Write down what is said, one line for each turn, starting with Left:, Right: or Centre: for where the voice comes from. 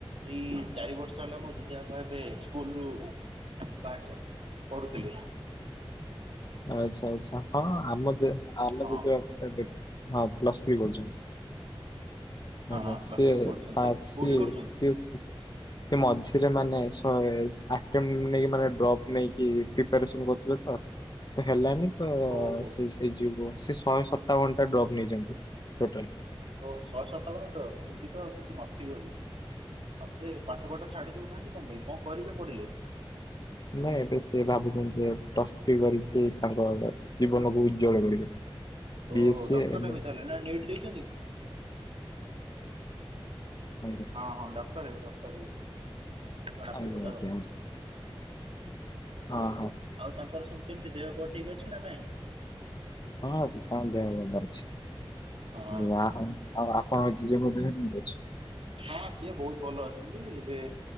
Right: ଏଇ ଚାରି ବର୍ଷ ହେଲା ମୋ ଜେଜେବାପା ଏବେ ସ୍କୁଲରୁ ବାହାରିଛନ୍ତି। ପଢୁଥିଲେ
Left: <unintelligible> ଆଚ୍ଛା ଆଚ୍ଛା ହଁ ଆମ ଜେ ଆମ
Right: ହଁ
Left: ଜେଜେ ବାପା। ଏବେ ହଁ ପ୍ଲସ ଥ୍ରୀ କରୁଛନ୍ତି। <unintelligible>
Right: ହଁ ପ୍ଲସ୍
Left: ସିଏ
Right: ଥ୍ରୀ କରୁଛନ୍ତି ତାହେଲେ
Left: ଆ ସିଏ
Right: କୋଉଠି କରୁଛନ୍ତି?
Left: ସିଏ ସେ ମଝିରେ ମାନେ ଶହେ ଆଟେମ୍ଲି ନେଇକି ମାନେ ଡ୍ରପ୍ ନେଇକି କିଏ ପ୍ରିପାରେସନ କରୁଥିଲେତ ହେଲାନିତ
Right: ଓହୋ।
Left: ସେ ହେଇଯିବ ସେ ଶହେ ସତାବନଟା ଡ୍ରପ୍ ନେଇଛନ୍ତି ଟୋଟାଲି।
Right: ଓ ଶହେ ସତାବନ ଡ୍ରଫ ଏମିତି। ଚିତ କିଛି ନଥିବହିଁ ଆଉ ସେ ପାଠପଢା ଛାଡି ଦଉନାହାନ୍ତି କଣ ପାଇଁ କଣ କରିବେ ପଢିଲେ?
Left: ନାଇଁ ଏବେ ସେ ଭାବୁଛନ୍ତିଯେ ପ୍ଲସ ଥ୍ରୀ କରିକି ତାଙ୍କ ଜୀବନକୁ ଉଜ୍ଜ୍ୱଳ କରିବେ। ବିଏସସି
Right: ଓହୋ ଡକ୍ଟର
Left: ଏମଏସସି
Right: ହେବେ ତାହେଲେ ନା ନିଟ ଦେଇଛନ୍ତିକି।
Left: ଆଜ୍ଞା।
Right: ହଁ ହଁ ଡକ୍ଟର ହେବେ ଡକ୍ଟର ହେବେ ସେ ଜଣା
Left: ଆଜ୍ଞା
Right: ପଡିଗଲା
Left: ଆଜ୍ଞା
Right: ଆଉ
Left: ହଁ
Right: ଆଉ
Left: ହଁ
Right: ତାଙ୍କର ସବୁ ସେମିତି ଦେହ ଫେଅ ଠିକ ଅଛିନା ନାଇଁ।
Left: ହଁ ତାଙ୍କ ଦେହ ଭଲଅଛି।
Right: ହଁ।
Left: ୱାଓ ଆଉ ଆପଣଙ୍କ ଜେଜେଙ୍କ ଦେହ କେମିତି ଅଛି।
Right: ହଁ ସିଏ ବହୁତ ଭଲଅଛନ୍ତି ଏବେ